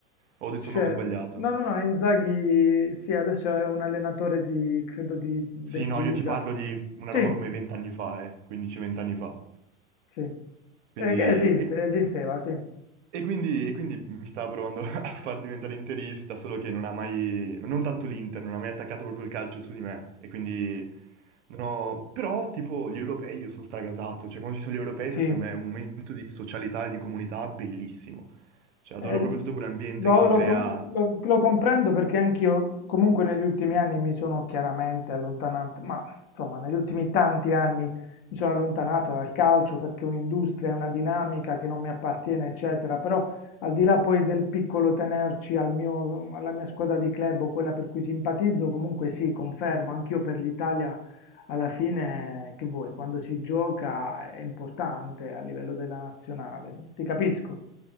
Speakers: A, on the right; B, on the left.
A: Ho
B: Cioè,
A: detto un nome sbagliato.
B: no, no, no, Inzaghi, sì, adesso è un allenatore di, credo, di, del
A: Sì, no,
B: Pisa.
A: io ti parlo di una
B: Sì,
A: roba come 20 anni fa, eh, 15-20 anni fa.
B: sì.
A: Quindi,
B: Eh, che esiste,
A: e
B: esisteva, sì.
A: E quindi, e quindi mi stava provando <laughs> a far diventare interista, solo che non ha mai, non tanto l'Inter, non ha mai attaccato proprio il calcio su di me. E quindi non ho- Però tipo gli europei io sono stragasato, cioè quando ci sono gli europei
B: Sì.
A: per me è un momento di socialità e di comunità bellissimo. Cioè adoro
B: Eh,
A: proprio tutto quell'ambiente
B: lo,
A: che si
B: lo
A: crea
B: com- lo- lo comprendo perché anch'io, comunque negli ultimi anni mi sono chiaramente allontanato, ma insomma negli ultimi tanti anni mi sono allontanato dal calcio perché è un'industria, è una dinamica che non mi appartiene, eccetera, però al di là poi del piccolo tenerci al mio- alla mia squadra di club o quella per cui simpatizzo, comunque sì, confermo, anch'io per l'Italia alla fine, che vuoi, quando si gioca è importante a livello della nazionale, ti capisco.